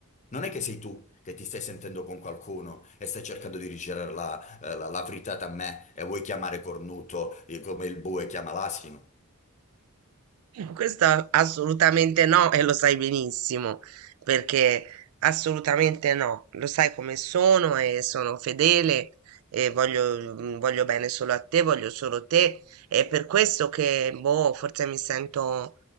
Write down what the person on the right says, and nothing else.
Questo assolutamente no, e lo sai benissimo, perché assolutamente no, lo sai come sono e sono fedele e voglio, mm, voglio bene solo a te, voglio solo te, e per questo che, boh, forse mi sento,